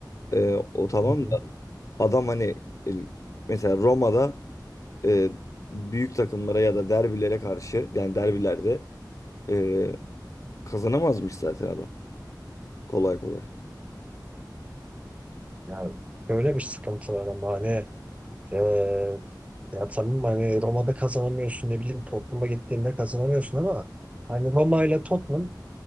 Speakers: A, on the left (about 45°); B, on the right (about 15°).
A: E, o tamam
B: Hı hı.
A: da Adam hani e, mesela Roma'da e, büyük takımlara ya da derbilere karşı yani derbilerde e, kazanamazmış zaten adam. Kolay kolay.
B: Yani böyle bir sıkıntı var ama hani eee, ya tamam hani Roma'da kazanamıyorsun ne bileyim Tottenham'a gittiğinde kazanamıyorsun ama hani Roma ile Tottenham